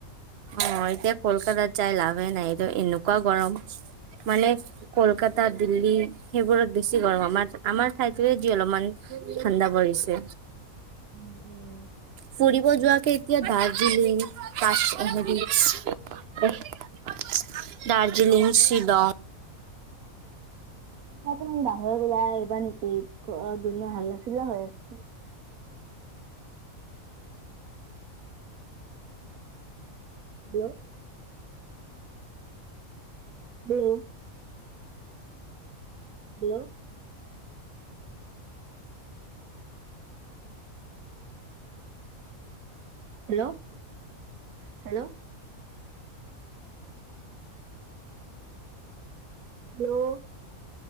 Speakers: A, on the right; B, on the right.
A: অ', এতিয়া কলকাতাত যাই লাভে নাই, এদ এনেকুৱা গৰম। মানে কলকাতা, দিল্লী সেইবোৰত বেছি গৰম, আমাৰ আমাৰ ঠাইতোৱে যি অলপমান ঠাণ্ডা পৰিছে
B: উম উম।
A: ফুৰিব যোৱা কেইট তিয়া দাৰ্জিলিং, কাচ <inaudible> দাৰ্জিলিং, শ্বিলং
B: অকমান বাহিৰত উলাই আইবা নেকি? ঘ - দুনিয়া হাল্লাচিল্লা হৈ আছে। <unintelligible> ব'ল হেল্ল' হেল্ল'- হেল্ল' <inaudible>